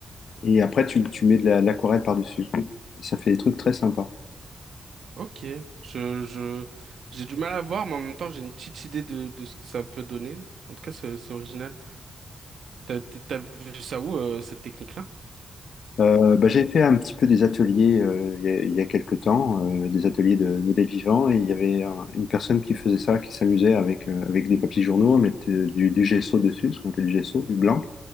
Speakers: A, on the left; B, on the right.
A: Et après, tu, tu mets de la- de l'aquarelle par-dessus. Et ça fait des trucs très sympas.
B: ok, je, je, j'ai du mal à voir, mais en même temps, j'ai une petite idée de, de ce que ça peut donner. En tout cas, c'est c'est original. T'as, t'as t'as vu ça où, euh, cette technique-là?
A: Euh, bah, j'ai fait un petit peu des ateliers euh, il y a, il y a quelques temps, euh, des ateliers de modèles vivants, et il y avait un- une personne qui faisait ça, qui s'amusait avec, euh, avec des papiers journaux, à mettre euh, du, du gesso dessus, ce qu'on appelle du gesso, du blanc.